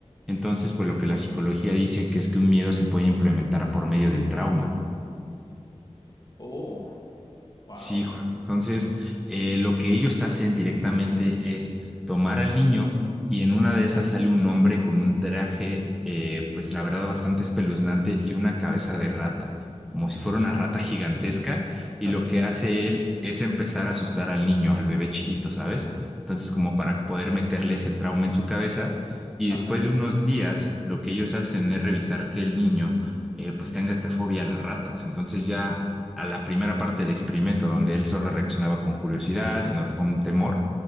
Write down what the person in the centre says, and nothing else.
Entonces, pues lo que la psicología dice que es que un miedo se puede implementar por medio del trauma.
Sí, Jorge. Entonces, eh, lo que ellos hacen directamente es tomar al niño y en una de esas sale un hombre con un traje, eh, pues la verdad, bastante espeluznante y una cabeza de rata, como si fuera una rata gigantesca. Y
lo que hace él es empezar a asustar al niño, al bebé chiquito, ¿sabes? Entonces, como para poder meterle ese trauma en su cabeza. Y
después de unos días, lo que ellos hacen es revisar que el niño, eh, pues tenga esta fobia a las ratas. Entonces ya a la primera parte del experimento, donde él solo reaccionaba con curiosidad y no con temor,